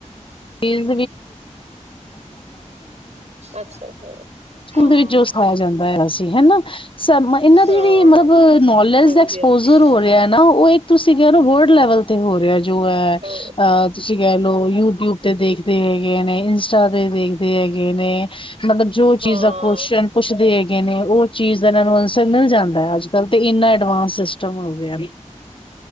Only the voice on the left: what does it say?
<inaudible> ਸਕੂਲ
ਦੇ ਵਿੱਚ ਜੋ ਸਿਖਾਇਆ ਜਾਂਦਾ ਆ ਅਸੀਂ ਹੈਨਾ ਇਹਨਾਂ
ਦੀ ਜਿਹੜੀ ਮਤਲਬ ਨੋਲੇਜ
ਦਾ ਐਕਸਪੋਜਰ
ਹੋ ਰਿਹਾ ਨਾ ਉਹ ਇੱਕ ਤੁਸੀਂ ਕਹਿ ਰਹੇ ਹੋ ਵਰਲਡ ਲੈਵਲ ਤੇ ਹੋ ਰਿਹਾ ਹੋ ਐ
ਆ ਓਹ ਯੂਟਿਊਬ ਤੇ ਦੇਖਦੇ ਹੈਗੇ ਨੇ ਇੰਸਟਾ ਤੇ ਦੇਖਦੇ ਹੈਗੇ ਨੇ ਮਤਲਬ ਜੋ
ਚੀਜ਼ਾਂ ਕੁਸ਼ਚਨ ਪੁੱਛਦੇ ਗਏ ਨੇ ਉਹ ਚੀਜ਼ ਇਹਨਾਂ ਨੂੰ ਅਸਰ ਮਿਲ ਜਾਂਦਾ ਅੱਜਕੱਲ ਤੇ ਇੰਨਾ ਐਡਵਾਂਸ ਸਿਸਟਮ ਹੋ ਗਿਆ